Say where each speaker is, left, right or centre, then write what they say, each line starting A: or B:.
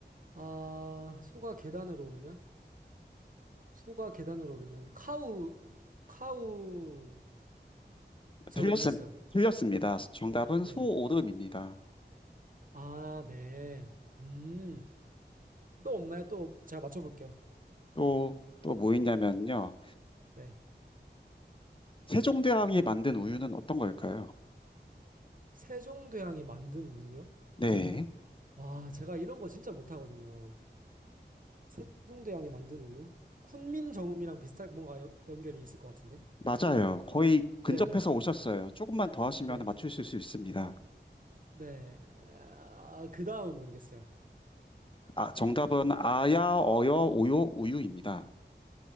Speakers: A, on the right (about 50°); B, on the left (about 30°).
A: 아, 소가 계단을 오르면? 소가 계단을 오르면 카우 카우 잘
B: 틀렸음,
A: 모르겠어요.
B: 틀렸습니다. 정답은
A: 네네.
B: 소오름입니다.
A: 아, 네. 음. 또 없나요? 또 제가 맞춰볼게요.
B: 또, 또 뭐 있냐면요.
A: 네.
B: 세종대왕이 만든 우유는 어떤 걸까요?
A: 세종대왕이 만든 우유요?
B: 네,
A: 와, 제가 이런 거 진짜 못하거든요. 세종대왕이 만든 우유? 훈민정음이랑 비슷한 뭔가 연- 연결이 있을 것 같은데?
B: 맞아요. 거의 근접해서
A: 네네.
B: 오셨어요. 조금만 더 하시면
A: 네.
B: 맞추실 수 있습니다.
A: 네. 아, 그 다음은 모르겠어요.
B: 아, 정답은 아야, 어여, 오요, 우유입니다.